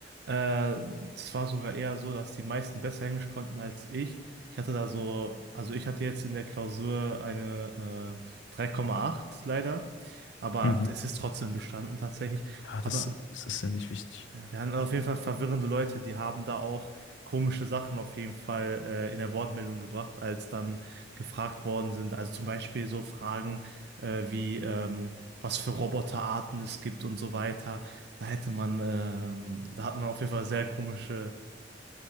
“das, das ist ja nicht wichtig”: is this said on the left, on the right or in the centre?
Left